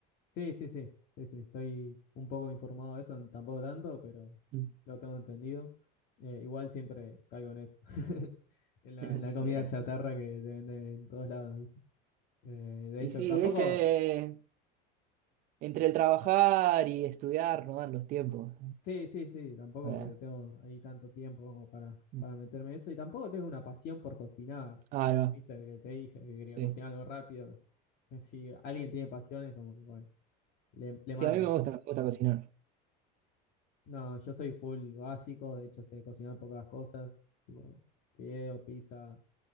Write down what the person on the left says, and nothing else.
Sí, sí, sí, sí, sí, estoy un poco informado de eso, tampoco tanto, pero
lo tengo entendido. Eh, igual siempre caigo en eso, <laughs> en la,
en la
comida
chatarra que te venden en todos lados, ¿viste? Eh, de
hecho,
tampoco,
sí, sí, sí, tampoco
que tengo ahí tanto tiempo como para,
para meterme en eso y tampoco tengo una pasión por cocinar,
¿viste? Que te dije que quería
cocinar algo rápido. Eh, Si alguien tiene pasiones, como que bueno, le, le manda.
No, yo soy full básico, de hecho sé cocinar pocas cosas, tipo fideo, pizza,